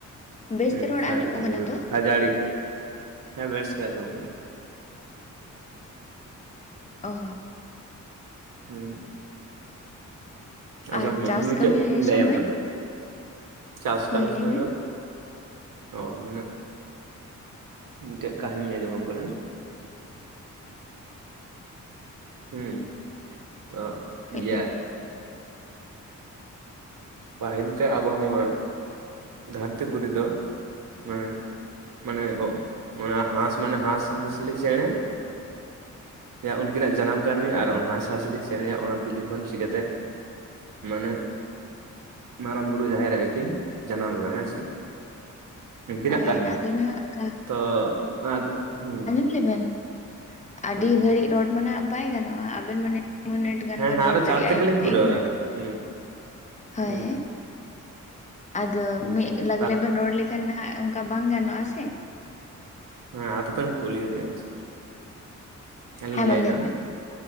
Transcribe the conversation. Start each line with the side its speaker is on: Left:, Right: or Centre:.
Left: ᱵᱮᱥᱛᱮ
Right: ᱦᱩᱸ
Left: ᱨᱚᱲ
Right: ᱠᱷᱟᱹᱡ
Left: ᱟᱸᱡᱚᱢᱚᱜ
Right: ᱦᱩᱸ
Left: ᱠᱟᱱᱟ ᱛᱚ?
Right: ᱠᱷᱟᱹᱡᱟᱲᱤ, ᱦᱮᱸ ᱵᱮᱥ ᱜᱮ ᱟᱸᱡᱚᱢᱚᱜ ᱠᱟᱱᱟ᱾
Left: ᱚᱻ
Right: ᱦᱩᱸ᱾ ᱟᱸᱡᱚᱢ
Left: ᱟᱨ
Right: ᱢᱮ
Left: ᱪᱟᱥ
Right: ᱤᱧ ᱢᱤᱴᱮᱡ
Left: ᱠᱟᱹᱢᱤ
Right: <unintelligible> ᱤᱧ ᱞᱟᱹᱭᱟᱢ
Left: ᱥᱚᱢᱚᱭ
Right: ᱠᱟᱱᱟ᱾ ᱪᱟᱥ
Left: ᱦᱳᱭ
Right: ᱠᱟᱹᱢᱤ
Left: ᱞᱟᱹᱭ
Right: ᱥᱚᱢᱚᱭ
Left: ᱢᱮ
Right: ᱫᱚ ᱚ ᱢᱟᱱᱮ, ᱢᱤᱫᱴᱮᱡ ᱠᱟᱦᱤᱱᱤᱧ ᱟᱸᱡᱚᱢᱟᱢ ᱠᱟᱱᱟ᱾ ᱦᱮ ᱦᱩᱸ, ᱛᱚ
Left: ᱦᱳᱭ
Right: ᱤᱭᱟ ᱯᱟᱹᱦᱤᱞ ᱛᱮ ᱟᱵᱚ ᱠᱚᱣᱟᱜ, ᱫᱷᱟᱹᱨᱛᱤ ᱯᱩᱨᱤ ᱫᱚ ᱢᱟᱱᱮ, ᱢᱟᱱᱮ ᱚ ᱚᱱᱟ ᱦᱟᱸᱥ ᱢᱟᱱᱮ ᱦᱟᱸᱥ ᱦᱟᱸᱥᱞᱤ ᱪᱮᱬᱮ ᱭᱟᱜ ᱩᱱᱠᱤᱱᱟᱜ ᱡᱟᱱᱟᱢ ᱠᱟᱹᱦᱤᱱᱤ, ᱟᱨ ᱚᱱᱟ ᱦᱟᱸᱥ ᱦᱟᱸᱥᱞᱤ ᱪᱮᱬᱮᱭᱟᱜ ᱚᱱᱟ ᱵᱤᱞᱤ ᱠᱷᱚᱱ ᱪᱤᱠᱟᱹᱛᱮ ᱢᱟᱱᱮ, ᱢᱟᱨᱟᱝ ᱵᱩᱨᱩ ᱡᱟᱦᱮᱨ ᱟᱭᱩ ᱠᱤᱱ ᱡᱟᱱᱟᱢ ᱞᱮᱱᱟ ᱦᱮᱸᱥᱮ, ᱩᱱᱠᱤᱱᱟᱜ
Left: ᱦᱳᱭ
Right: ᱠᱟᱦᱤᱱᱤ,
Left: ᱟᱫᱚ ᱱᱟᱦᱟᱜ ᱠᱟ,
Right: ᱛᱚ ᱟᱨ ᱦᱩᱸ
Left: ᱞᱟᱹᱭ ᱵᱮᱱ, ᱟᱹᱰᱤ
Right: ᱦᱩᱸ
Left: ᱜᱷᱟᱹᱲᱤᱡ ᱨᱚᱲ ᱢᱟᱱᱷᱟᱜ ᱵᱟᱭ ᱜᱟᱱᱚᱜᱼᱟ, ᱟᱵᱮᱱ ᱢᱟᱱᱮ ᱢᱤᱱᱤᱴ ᱜᱟᱱ
Right: ᱦᱮᱸ
Left: ᱵᱮᱱ
Right: ᱦᱮᱸ
Left: ᱨᱚᱲ
Right: ᱟᱫᱚ ᱪᱟᱬ
Left: ᱫᱟᱲᱮᱭᱟᱜᱼᱟ
Right: ᱛᱮᱜᱮᱞᱤᱧ
Left: ᱮᱠ ᱮᱠ
Right: ᱯᱩᱨᱟᱹᱣᱟ
Left: ᱮᱠ ᱢᱤᱱᱤᱴ,
Right: ᱦᱩᱸ
Left: ᱦᱳᱭ
Right: ᱦᱩᱸ
Left: ᱟᱫᱚ
Right: ᱦᱩᱸ
Left: ᱢᱤᱫ ᱞᱟᱜᱽᱞᱮ
Right: ᱛᱟ
Left: ᱵᱮᱱ ᱨᱚᱲ ᱞᱮᱠᱷᱟᱱ ᱦᱟᱸᱜ ᱚᱝᱠᱟ ᱵᱟᱝ ᱜᱟᱱᱚᱜᱼᱟ ᱥᱮ᱾
Right: ᱦᱮᱸ ᱟᱫᱚ ᱵᱮᱱ ᱠᱩᱞᱤᱭᱮᱜᱼ ᱟ ᱪᱮ? ᱟᱹᱞᱤᱧ
Left: ᱦᱮᱸ
Right: ᱞᱤᱧ
Left: ᱢᱟ
Right: ᱞᱟᱹᱭ ᱮᱫᱟ,
Left: ᱵᱮᱱ